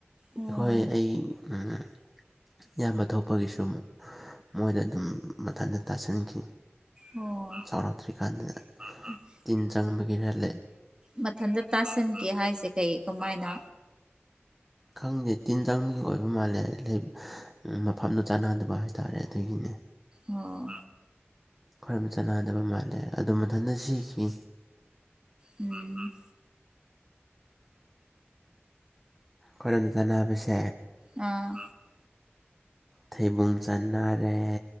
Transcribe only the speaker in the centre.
ꯍꯣꯢ ꯑꯩ ꯎꯝ ꯏꯌꯥꯝꯕ ꯊꯣꯛꯄꯒꯤꯁꯨ ꯃꯣꯏꯗ ꯑꯗꯨꯝ ꯃꯊꯟꯇ ꯇꯥꯁꯟꯈꯤ
ꯆꯥꯎꯔꯛꯇ꯭ꯔꯤꯀꯥꯟꯗ
ꯇꯤꯟ ꯆꯪꯕꯒꯤꯔ ꯂꯩ
ꯈꯪꯗꯦ ꯇꯤꯟ ꯆꯪꯕꯒꯤ ꯑꯣꯏꯕ ꯃꯥꯜꯂꯦ ꯂꯩ ꯃꯐꯝꯗꯨ ꯆꯥꯟꯅꯗꯕ ꯍꯥꯏꯇꯥꯔꯦ ꯑꯗꯨꯒꯤꯅꯦ
ꯈꯣꯢꯔꯣꯝꯅ ꯆꯥꯅꯗꯕ ꯃꯥꯜꯂꯦ ꯑꯗꯨꯝ ꯃꯊꯟꯗ ꯁꯤꯈꯤ
ꯈꯣꯏꯔꯣꯝꯗ ꯆꯥꯟꯅꯕꯁꯦ
ꯊꯩꯕꯨꯡ ꯆꯟꯅꯥꯔꯦ